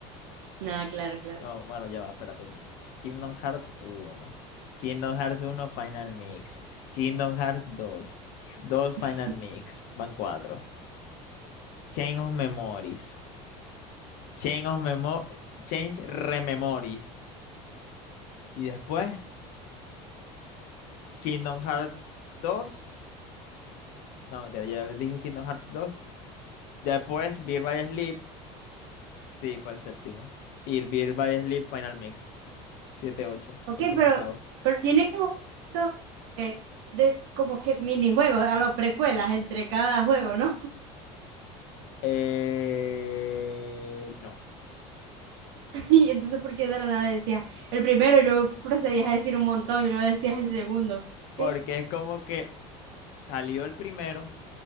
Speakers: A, on the right; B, on the left.
A: Nada, claro, claro.
B: No, bueno, ya va, espérate. Kingdom Hearts uno. Kingdom Hearts uno Final Mix. Kingdom Hearts dos. 2
A: <laughs>
B: Final Mix. Van 4. Chain of Memories. Chain of Memo Chains Rememories. Y después Kingdom Hearts dos. No, mentira, ya dije Kingdom Hearts dos Después, Beer by Sleep. Sí, fue el séptimo. Y Beer by Sleep Final Mix. siete ocho
A: Ok,
B: séptimo,
A: pero,
B: octavo.
A: pero tiene como, to- eh, de, como que minijuegos a los precuelas entre cada juego, ¿no?
B: Eh, no,
A: <laughs> Y entonces, ¿por qué de la nada decías el primero y luego procedías a decir un montón y luego decías el segundo?
B: porque
A: ¿Qué?
B: es como que salió el primero